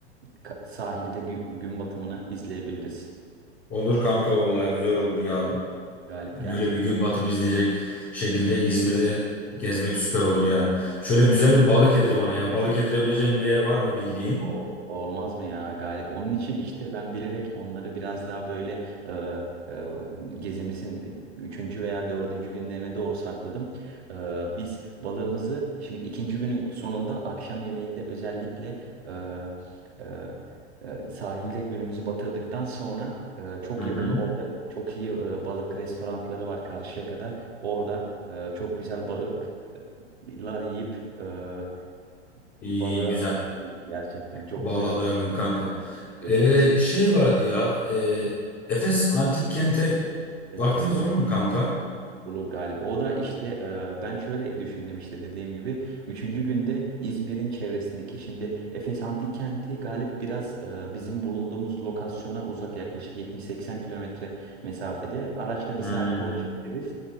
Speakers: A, on the right; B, on the left.
A: ka- sahilde gü- gün batımını izleyebiliriz.
B: olur kanka vallahi güzel olur ya.
A: Galip gerçekten.
B: Öyle bir gün batımı izleyecek şekilde İzmir'de gezmek süper olur ya. Şöyle güzel
A: Bence
B: bir
A: de
B: balık yedir bana ya. Balık yedirebileceğim bir yer var mı bildiğin?
A: O, olmaz mı ya Galip? Onun için işte ben bilerek onları biraz daha böyle e, e, gezimizin üçüncü veya dördüncü günlerine doğru sakladım. E, biz balığımızı şimdi ikinci günün sonunda akşam yemeğinde özellikle e, e, e, sahilde günümüzü batırdıktan sonra e, çok
B: Hı hı.
A: yakın orada çok iyi e, balık restoranları var karşıya kadar. Orada e, çok güzel balıklar yiyip e,
B: İyi
A: Balığa
B: güzel.
A: doyabilir. Gerçekten çok
B: Balığa
A: güzel.
B: doyalım kanka.
A: Evet
B: Ee,
A: kesin.
B: şey vardı
A: Yani,
B: ya. E, Efes Antik Kent'e
A: Evet
B: vaktiniz
A: evet
B: olur mu kanka?
A: olur galip. O da işte e, ben şöyle düşündüm işte dediğim gibi. Üçüncü günde İzmir'in çevresindeki şimdi Efes Antik Kenti galip biraz e, bizim bulunduğumuz lokasyona uzak yaklaşık 70-80 kilometre mesafede. Araçla
B: Hmm.
A: bir saatte ulaşabiliriz.